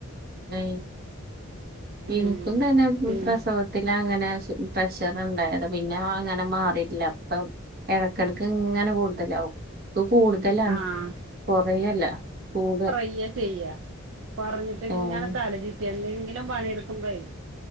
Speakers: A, on the right; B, on the right.
A: അ
B: ഉം
A: ഇനകന്തന്നെ
B: പി
A: പ്രേസവയിട്ട് ത്തി അങ്ങനെ പ്രഷർ ഉണ്ടായത് പിന്നെ അങ്ങനെ മാറില്ല ഇപ്പൊ ഇടക്കിടക്ക് ഇങ്ങനെ കൂടുതലാാവും ഇപ്പ കൂടുതലാണ്
B: ആഹ്
A: കൊറയല്ല കൂട്
B: ചെയ്യ ചെയ്യ പറഞ്ഞിട്ട് ഇങ്ങനെ
A: ഏഹ്
B: തലചിറ്റി എന്തെങ്കിലും പണിയെടുക്കണ്ടേോ